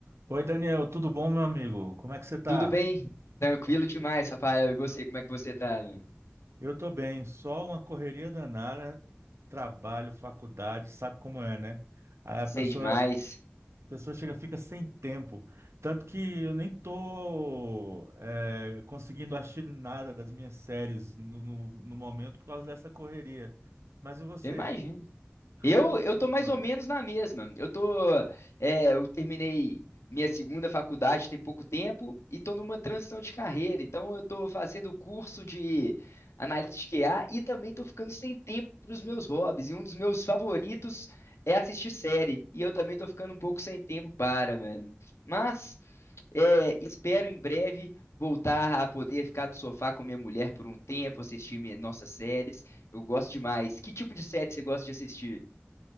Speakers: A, on the right; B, on the left.
A: Oi, Daniel, tudo bom, meu amigo? Como é que você tá?
B: Tudo bem? Tranquilo demais, Rafael. E você, como é que você tá, mano?
A: Eu tô bem, só uma correria danada, trabalho, faculdade, sabe como é, né? Aí a
B: Sei
A: pessoa,
B: demais.
A: a pessoa chega, fica sem tempo. Tanto que eu nem tô é, conseguindo assistir nada das minhas séries no, no, no momento por causa dessa correria. Mas e você?
B: Eu imagino.
A: Tá
B: Eu,
A: Achando o
B: eu
A: que
B: tô
A: agora?
B: mais ou menos na mesma. Eu tô, é, eu terminei minha segunda faculdade tem pouco tempo e tô numa transição de carreira. Então eu tô fazendo curso de análise de QA e também tô ficando sem tempo para os meus hobbies. E um dos meus favoritos é assistir série. E eu também tô ficando um pouco sem tempo para, velho. Mas É, espero em breve voltar a poder ficar no sofá com minha mulher por um tempo, assistir minhas, nossas séries. Eu gosto demais. Que tipo de série você gosta de assistir?